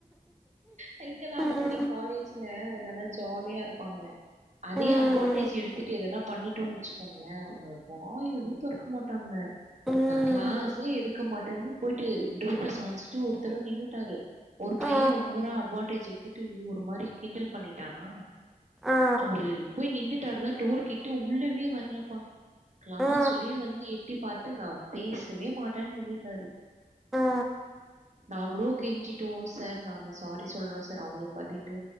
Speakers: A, on the right; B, in the centre.
A: அ இங்கெல்லா
B: ம்
A: அந்த மாரி காலேஜில நல்லா ஜாலியா இருப்பாங்க அதயே
B: ம்
A: அட்வான்டேஜ் எடுத்துட்டு எதனா பண்ணிட்டோன்னு வெச் கோங்ளே அவுங்க வாயவே தொறக்க மாட்டாங்க
B: ம்
A: நா க்ளாஸே எடுக்க மாட்டனு போயிட்டு டோர்ல சாஞ்சிட்டு ஒருத்தரவ நின்னுட்டாரு ஒரு பைய
B: ஆ
A: ஓவரா அட்வான்டேஜ் எடுத்துட்டு ஒரு மாரி கிண்டல் பண்ணிட்டானா
B: ஆ
A: அவரு போய் நின்னு ட்டாரு டோரு கிட்ட உள்ளவே வரலப்பா க்ளாஸ்
B: ஆ
A: உள்ளயே வந்து எட்டி பாத்து நா பேசவே மாட்டன் நின்னுடாரு
B: ஆ
A: நாங்களு கெஞ்சிட்டோ சார் நாங்க சாரி சொல்றோ சார் அவுங்களுக்கு பதிலு